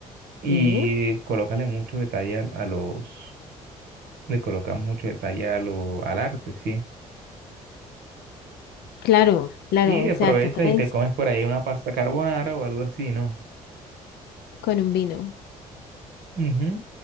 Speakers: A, on the right; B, on the left.
A: Y
B: Sí,
A: colócale mucho detalle a, a los, le colocas mucho detalle a lo, al arte, sí.
B: claro, claro,
A: Y
B: o
A: aprovechas
B: sea, toca es
A: y te comes por ahí una pasta carbonara o algo así, ¿no?
B: con un vino.
A: Ujú.